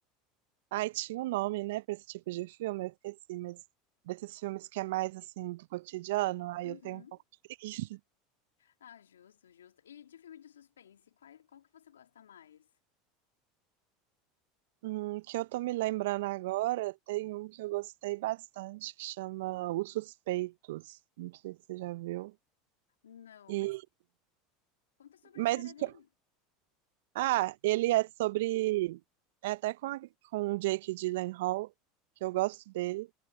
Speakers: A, on the right (about 70°); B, on the left (about 80°).
A: Ai, tinha um nome, né, pra esse tipo de filme, eu esqueci, mas desses filmes que é mais assim do cotidiano, aí
B: Uhum.
A: eu tenho um pouco de preguiça. <laughs>
B: Ah, justo, justo. E de filme de suspense, qual, qual que você gosta mais?
A: Hum, que eu tô me lembrando agora, tem um que eu gostei bastante, que chama Os Suspeitos. Não sei se você já viu.
B: Não,
A: E,
B: mas conta sobre
A: mas
B: a história
A: o
B: dele.
A: que eu- ah, ele é sobre é até com a- com o Jake Gyllenhaal, que eu gosto dele.